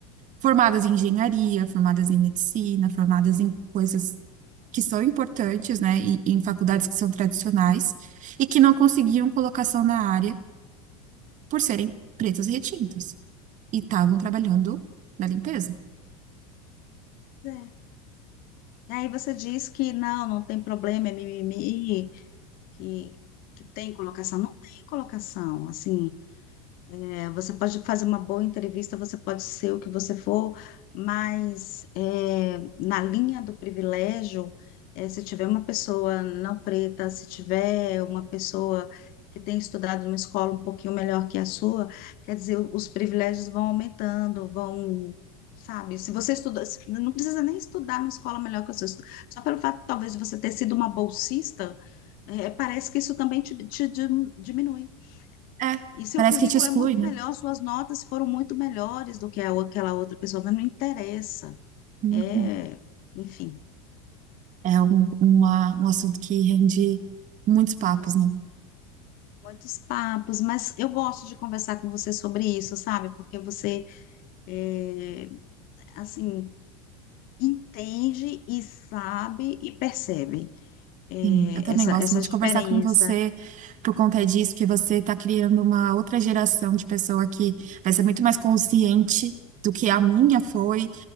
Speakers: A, on the right; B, on the left.
A: Formadas em engenharia, formadas em medicina, formadas em coisas que são importantes, né, e em faculdades que são tradicionais, e que não conseguiam colocação na área por serem pretas e retintas, e estavam trabalhando na limpeza.
B: É. E Aí você diz que não, não tem problema, é mimimi, que, que tem colocação. Não tem colocação, assim. É, Você pode fazer uma boa entrevista, você pode ser o que você for, mas eh, na linha do privilégio, eh, se tiver uma pessoa não preta, se tiver uma pessoa que tem estudado numa escola um pouquinho melhor que a sua, quer dizer, os privilégios vão aumentando, vão, sabe? Se você estuda, se- não precisa nem estudar numa escola melhor que a sua, só pelo fato, talvez, de você ter sido uma bolsista, eh, parece que isso também te te dim- diminui.
A: É,
B: E seu
A: parece
B: currículo
A: que te exclui,
B: é muito
A: né?
B: melhor, suas notas foram muito melhores do que a ou- aquela outra pessoa, mas não interessa.
A: Uhum.
B: É, enfim,
A: É algum, uma, um assunto que rende muitos papos, né?
B: muitos papos, mas eu gosto de conversar com você sobre isso, sabe? Porque você, é, assim, entende e sabe e percebe, é,
A: Sim, eu também
B: essa,
A: gosto
B: essa
A: muito
B: diferença.
A: de conversar com você por conta disso, porque você está criando uma outra geração de pessoa que vai ser muito mais consciente do que a minha foi